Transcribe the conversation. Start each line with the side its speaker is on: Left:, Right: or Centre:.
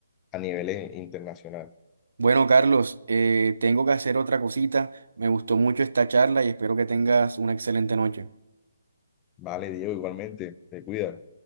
Left: a niveles internacionales.
Right: Bueno, Carlos, eh, tengo que hacer otra cosita. Me gustó mucho esta charla y espero que tengas una excelente noche.
Left: Vale, Diego, igualmente, te cuidas.